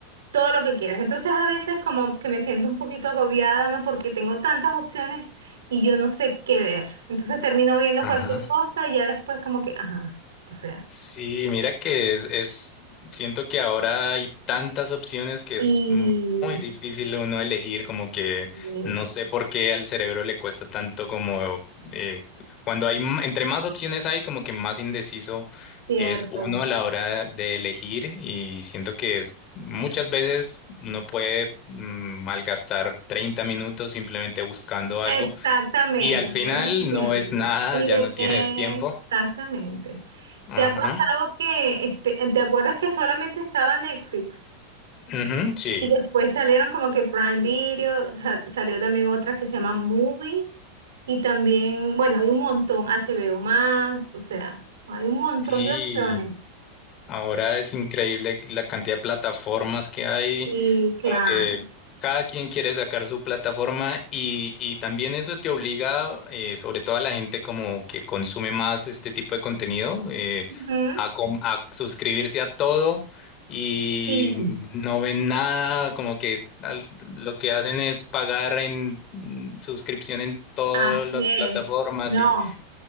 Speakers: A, on the right (about 80°); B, on the left (about 40°).
A: todo lo que quieras. Entonces a veces como que me siento un poquito agobiada, ¿no? Porque tengo tantas opciones y yo no sé qué ver. Entonces termino viendo
B: Ajá.
A: cualquier cosa y ya después como que, ajá, o sea.
B: Sí, mira que es, es- siento que ahora hay tantas opciones que
A: Y
B: es mu- muy difícil uno elegir, como que
A: sí,
B: no sé por qué al cerebro le cuesta tanto como eh, cuando hay, m- entre más opciones hay, como que más indeciso
A: cierto.
B: es uno a la hora de elegir y siento que es muchas veces uno puede mm, malgastar 30 minutos simplemente buscando algo
A: Exactamente,
B: Y al final
A: pierdes el tiempo.
B: no es nada,
A: Y
B: ya
A: de-
B: no tienes tiempo.
A: exactamente.
B: Ajá.
A: ¿Te ha pasado que, este, te acuerdas que solamente estaba Netflix?
B: Ujú, sí.
A: Y después salieron como que Prime Video, sa- salió también otra que se llama Movie. Y también, bueno, hay un montón, HBO más, o sea, hay un montón
B: Sí.
A: de opciones.
B: Ahora es increíble la cantidad de plataformas que hay
A: Sí, claro.
B: Como que cada quien quiere sacar su plataforma y, y también eso te obliga, eh, sobre todo a la gente como que consume más este tipo de contenido, eh,
A: Ujú,
B: a, com- a suscribirse a todo y
A: Sí,
B: no ven nada, como que al- lo que hacen es pagar en mm, suscripción en todas
A: así
B: las
A: es.
B: plataformas
A: No,
B: y